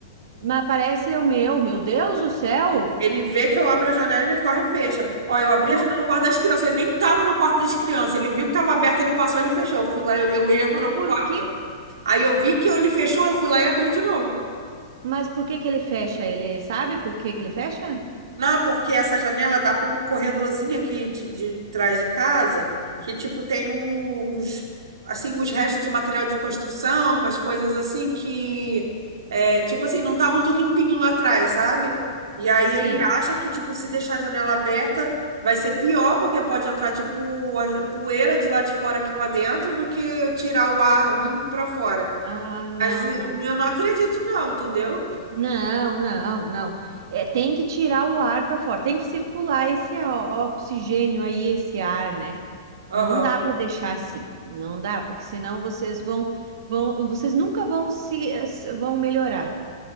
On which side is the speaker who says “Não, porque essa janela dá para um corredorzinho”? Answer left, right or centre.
Right